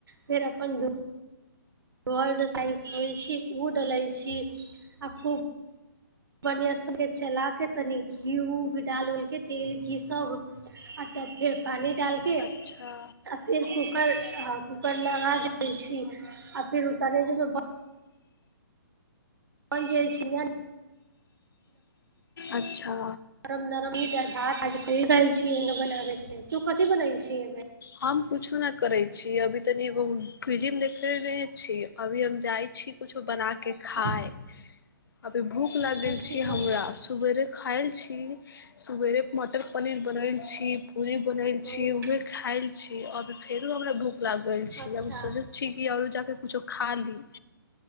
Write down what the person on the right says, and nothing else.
फेर अपन <unintelligible> साइज होइ छी ओ डलै छी आ खूब मने से चलाके तनि घी उ भि डाल उलके तेेल घी सब आ तब फेर पानी डालके आ
फेर कूकर, कूकर लगा दै छी आ फिर उतारे बेर मे बन जाग छी ने
<inaudible>
अच्छा
कथी
कथी
हूँ
अच्छा